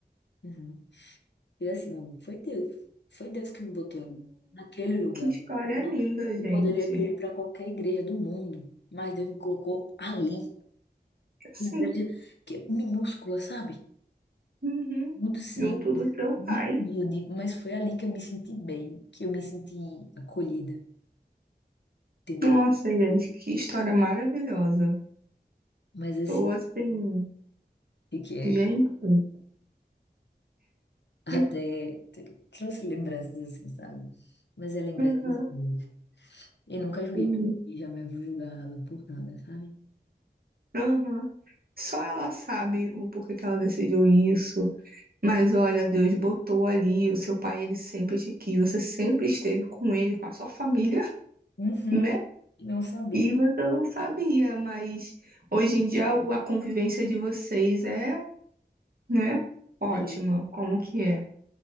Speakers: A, on the left (about 75°); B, on the right (about 55°).
A: Uhum. E assim, foi Deus. Foi Deus que me botou ali, naquele lugar.
B: Que história
A: Não-
B: linda,
A: Eu
B: gente.
A: poderia ter ido para qualquer igreja do mundo, mas Deus me colocou ali.
B: Sim,
A: Igreja que é minúscula, sabe?
B: uhum.
A: Muito simples,
B: Junto do seu
A: muito
B: pai.
A: humilde, mas foi ali que eu me senti bem, que eu me senti acolhida, entendeu?
B: Nossa, gente, que história maravilhosa.
A: Mas assim,
B: Tô assim,
A: fiquei
B: gente.
A: até.
B: <laughs>
A: Trouxe lembranças assim, sabe? Mas é lembranças
B: Uhum.
A: boas. Eu nunca julguei minha
B: sim,
A: mãe, jamais vou julgar ela por nada, sabe?
B: uhum. Só ela sabe o porquê que ela decidiu isso. Mas olha, Deus botou ali, o seu pai, ele sempre te quis, você sempre esteve com ele, com a sua família,
A: Uhum,
B: <laughs> né?
A: não sabia.
B: E você não sabia, mas hoje em dia a convivência de vocês é né? Ótima,
A: É,
B: como que é?